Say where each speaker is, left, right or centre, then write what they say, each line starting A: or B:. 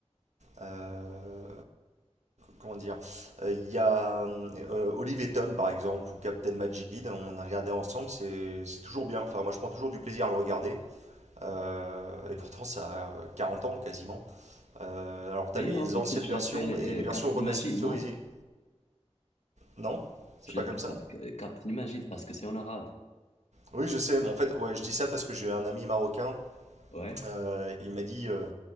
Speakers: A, on the right (about 85°); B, on the left (about 80°).
A: Euh, comment dire euh, Il y a euh, Olive et Tom, par exemple, ou Captain Majid, on a regardé ensemble, c'est c'est toujours bien. Enfin, moi, je prends toujours du plaisir à le regarder. Euh, et pourtant, ça a 40 ans quasiment. Euh, alors, tu
B: D'ailleurs,
A: as les
B: en fait,
A: anciennes
B: tu
A: versions
B: l'appelles euh,
A: et les versions
B: Captain
A: remasterisées.
B: Magid, non?
A: Non C'est
B: Tu
A: pas
B: l'appelles
A: comme ça
B: Ca- Captain Magid parce que c'est en arabe.
A: Oui, je sais, mais en fait, ouais, je dis ça parce que j'ai un ami marocain.
B: Ouais.
A: euh, il m'a dit. euh,